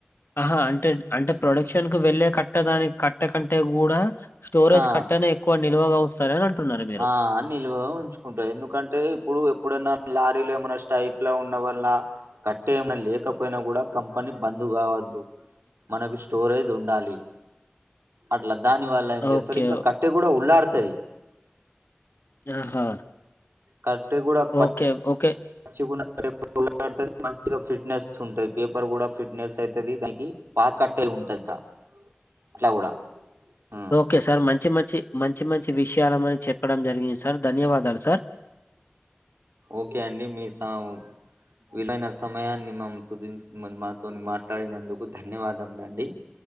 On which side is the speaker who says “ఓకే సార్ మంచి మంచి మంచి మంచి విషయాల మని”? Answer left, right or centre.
Left